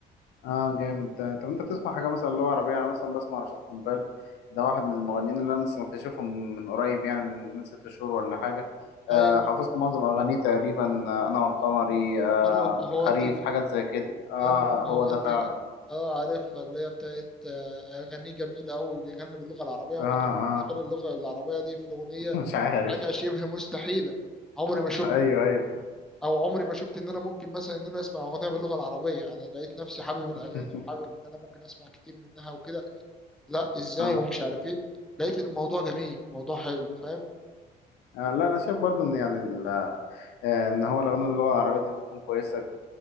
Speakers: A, on the left; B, in the centre.
A: اه جامد ده طب انت بتسمع حاجه مثلا لغه عربيه انا مثلا بسمع رشاد قنبال ده واحد من المغنيين اللي انا لسه مكتشفهم من قريب يعني من من ست شهور ولا حاجه آه
B: أيوه
A: حفظت معظم اغانيه تقريبا آه، انا والقمري آه
B: أنا وقهواتي
A: الخريف حاجات زي كده اه
B: أنا وقهواتي
A: هو ده فعلا
B: أه عارفها اللي هي بتاعت آه، أغانيه جميلة أوي بيغني باللغة العربية وأنا
A: اه
B: كان
A: اه
B: بالنسبة لي اللغة العربية دي في الأغنية
A: <laughs> مش عارف
B: حاجة شبه مستحيلة عمري ما شفت
A: ايوه ايوه
B: او عمري ما شفت ان انا ممكن مثلا ان انا اسمع اغنيه باللغه العربيه انا لقيت نفسي حابب الاغاني
A: <laughs>
B: وحابب ان انا ممكن اسمع كتير منها وكده لا ازاي
A: اه
B: ومش عارف ايه لقيت ان الموضوع جميل الموضوع حلو فاهم
A: آه، لا انا شايف برضو ان يعني ال- آه، ان هو الاغاني باللغه العربيه دي بتكون كويسه